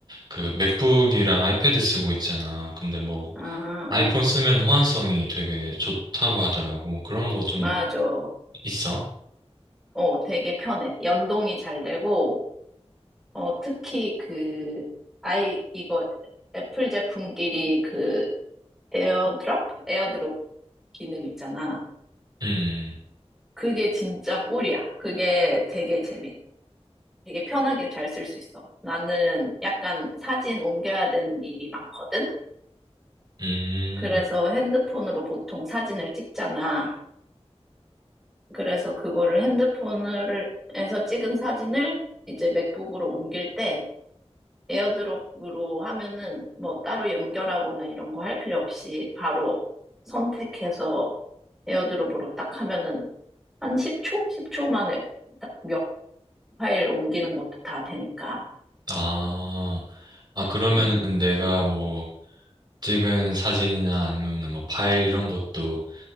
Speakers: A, on the right; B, in the centre.
A: 그 맥북이랑 아이패드 쓰고 있잖아. 근데 뭐,
B: 아,
A: 아이폰
B: 어.
A: 쓰면 호환성이 되게 좋다고 하더라고. 그런 거 좀
B: 맞아.
A: 있어?
B: 어, 되게 편해. 연동이 잘 되고, 어, 특히 그, 아이, 이거 애플 제품끼리 그 에어드롭? 에어드롭 기능 있잖아.
A: 음,
B: 그게 진짜 꿀이야. 그게 되게 재밌, 되게 편하게 잘 쓸 수 있어. 나는 약간 사진 옮겨야 되는 일이 많거든?
A: 음,
B: 그래서
A: 음.
B: 핸드폰으로 보통 사진을 찍잖아. 그래서 그거를 핸드폰에서 찍은 사진을 이제 맥북으로 옮길 때 에어드롭으로 하면은 뭐 따로 연결하거나 이런 거 할 필요 없이 바로 선택해서 에어드롭으로 딱 하면은 한 10초? 10초 만에 딱 몇 파일 옮기는 것도 다 되니까.
A: 아, 아, 그러면은
B: 음,
A: 내가 뭐, 찍은 사진이나 아니면 뭐 파일 이런 것도